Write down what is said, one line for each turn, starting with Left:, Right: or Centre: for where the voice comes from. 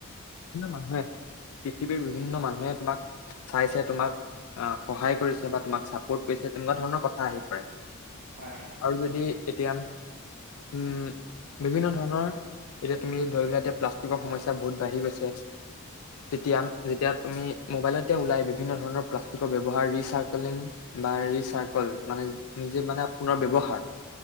Left: মানুহ পৃথিৱীৰ বিভিন্ন মানুহে তোমাক চাইছে, তোমাক অ, সহায় কৰিছে বা তোমাক চাপৰ্ট কৰিছে তেনেকোৱা ধৰণৰ কথা কথা আহি পৰে
Right: হয় হয়
Left: আৰু যদি এতিয়া, উম বিভিন্ন ধৰণৰ, এতিয়া তুমি ধৰি লোৱা এতিয়া প্লাষ্টিকৰ সমস্যা বহুত বাঢ়ি গৈছে। তেতিয়া,
Right: হয়
Left: যেতিয়া তুমি, মোবাইলতে ওলাই বিভিন্ন ধৰণৰ প্লাষ্টিকৰ ব্যৱহাৰ ৰিচাইক্লিং বা ৰিচাৰ্কল। মানে, নিজে মানে পুনৰ ব্যৱহাৰ